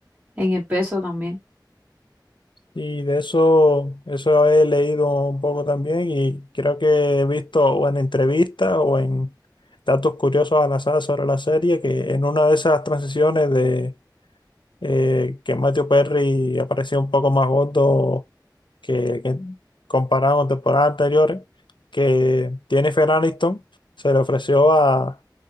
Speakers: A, on the right; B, on the left.
A: en el peso también.
B: Y de eso, eso he leído un poco también y creo que he visto o en entrevistas o en datos curiosos al azar sobre la serie que en una de esas transiciones de eh, que Matthew Perry aparecía un poco más gordo que, que comparado con temporadas anteriores, que Jennifer Aniston se le ofreció a